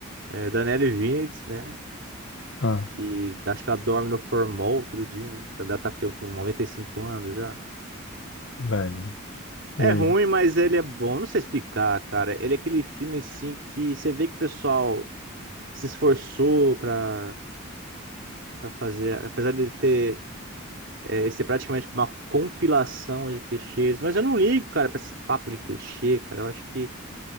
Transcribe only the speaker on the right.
É Daniele Vinitz, né?
Que acho que ela dorme no formol outro dia, né? Ela tá com com 95 anos já.
É
ruim, mas ele é bom. Não sei explicar, cara. Ele é aquele filme, assim, que você vê que o pessoal se esforçou pra, pra fazer. Apesar de ele ter... É, ser praticamente uma compilação de clichês. Mas eu não ligo, cara, pra esse papo de clichê, cara. Eu acho que